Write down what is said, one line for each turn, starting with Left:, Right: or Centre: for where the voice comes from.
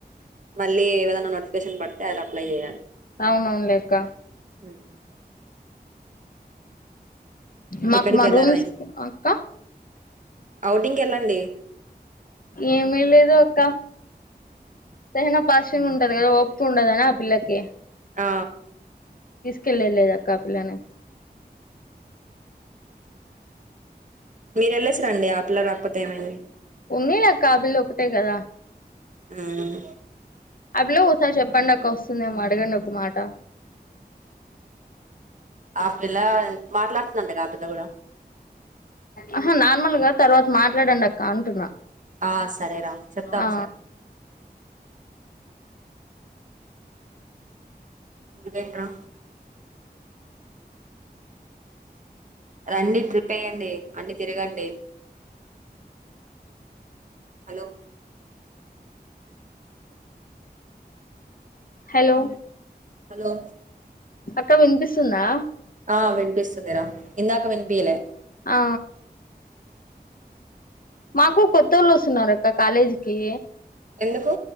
Right: మళ్ళీ <unintelligible> దన్నా నోటిఫి నోకషన్ పడితే ఆది అప్లై చేయాలి
Left: అవునవునులేక్క
Right: హ్మ్
Left: మాకు
Right: ఎక్కడికి
Left: మా
Right: వెళ్ళారా
Left: రూమ్స్ అక్క
Right: అవుటింగ్కి వెళ్ళండి
Left: ఏమీ లే ద్ అక్క తెహానా పాష్ ఉంటది కదా ఒపిక ఉండదనీ ఆ పిల్లకి
Right: ఆ
Left: కళ్లే లేద్ కాపులనే
Right: మీరు ఎళ్ళసి రండి ఆ పిల్ల ర పోతే ఏమైంది
Left: ఉనిలే అక్క ఆ పిల్ల ఒకటే కదా
Right: ఉమ్
Left: ఆ పిల్ల ఒకసారి చెప్పండి అక్క వస్తుందేమో అడగండి ఒక మాట
Right: ఆ పిల్ల మాట్లాడుతుందంట గా ఆ పిల్ల కూడా
Left: ఆహా నార్మల్గా తర్వాత మాట్లాడండి అక్క అంటున్నా
Right: ఆ సరే రా చెప్తా ఒకసారి
Left: ఆ
Right: ఇంకేంటి రా రండి ట్రిప్ ఎయాండి అన్ని తిరగండి హలో
Left: హలో
Right: హలో
Left: అక్క వినిపిస్తుందా
Right: ఆ వినిపిస్ స్తుంది రా ఇందాక వినిపియాలే
Left: ఆ మాకు కొత్త ఒళ్ళు వస్తున్నారు అక్క కాలేజీకిి
Right: ఎందుకు